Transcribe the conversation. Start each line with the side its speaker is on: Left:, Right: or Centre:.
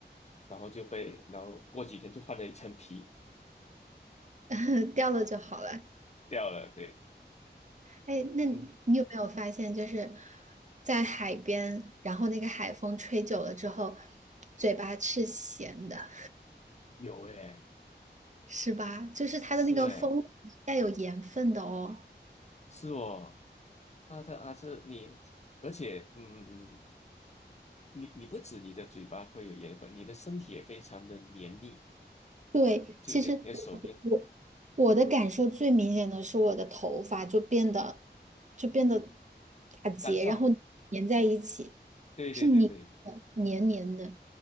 Left: 然后就被，然后过几天就换了一层皮
Right: <laughs> 掉了就好了。
Left: 掉了，对，
Right: 哎，那你你有没有发现，
Left: 嗯，
Right: 就是在海边，然后那个海风吹久了之后，嘴巴是咸的，
Left: 有诶，
Right: 是吧？就是它的那个风带有盐分的哦。
Left: 是诶，是哦。啊，它啊是你，而且嗯，你你不止你的嘴巴会有盐分，你的身体也非常的黏腻，
Right: 对，
Left: 就你的你的手边
Right: 其实我我我的感受最明显的是我的头发就变得就变得打结，
Left: 干燥。
Right: 然后粘在一起，
Left: 对对对对，
Right: 是黏的，黏黏的。